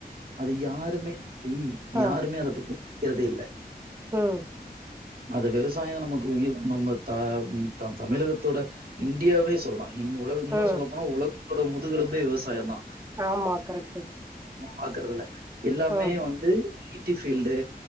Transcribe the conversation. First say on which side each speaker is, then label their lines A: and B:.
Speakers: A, on the right; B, on the right.
A: அத யாருமே ஏய்
B: ஆ
A: யாருமே அத பத்தி கிறதே இல்ல
B: ம்
A: அது விவசாயொ நமக்கு உயிர் நம்ம த தம் தமிழகத்தோட இந்தியாவே சொல்லா இன்னு உலக இன்னு
B: ம்
A: சொல்ல போனா உல கொட முதுகலும்பே விவசாயந்தா
B: ஆமா கரெக்ட்டு
A: பாக்குறதில்ல எல்லாமே
B: ம்
A: வந்து ஐ டி ஃபீல்டு